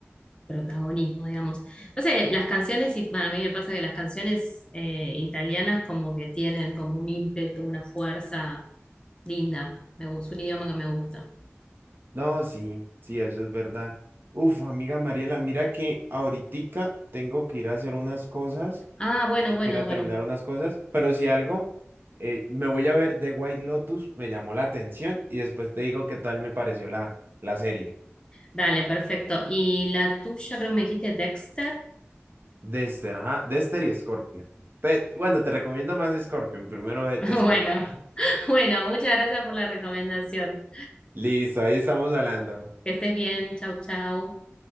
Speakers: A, on the left (about 20°); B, on the right (about 50°).
A: protagonismo, digamos. Pasa que las canciones, y para mí me pasa que las canciones eh, italianas como que tienen como un ímpetu, una fuerza linda. Me gusta, es un idioma que me gusta.
B: No, sí, sí, eso es verdad. Uf, amiga Mariela, mira que ahoritica tengo que ir a hacer unas cosas,
A: Ah, bueno,
B: tengo
A: bueno,
B: que ir a
A: bueno.
B: terminar unas cosas, pero si algo, eh, me voy a ver The White Lotus, me llamó la atención y después te digo qué tal me pareció la, la serie.
A: Dale, perfecto. ¿Y la tuya creo que me dijiste Dexter?
B: Dexter, ajá, Dexter y Scorpion. Te- bueno, te recomiendo más Scorpion, primero vete
A: <laughs>
B: Scorpion.
A: Bueno, bueno, muchas gracias por la recomendación.
B: Listo, ahí estamos hablando.
A: Que estés bien, chau, chau.